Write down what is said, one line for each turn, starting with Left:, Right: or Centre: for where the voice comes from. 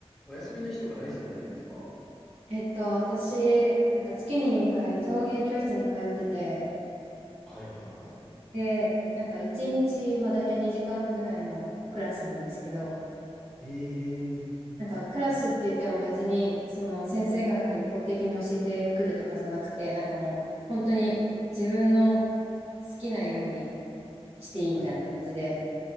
Centre: お休みの日とか何されてるんですか
Right: えっと、私、なんか月に2回陶芸教室に通ってて、
Centre: はいはいはい。
Right: で、なんか1日、まあ大体2時間ぐらいのクラスなんですけど、
Centre: ええ
Right: なんかクラスって言っても別に、その先生がなんか一方的に教えてくるとかじゃなくて、なんかもう本当に自分の好きなようにしていいみたいな感じで、
Centre: はい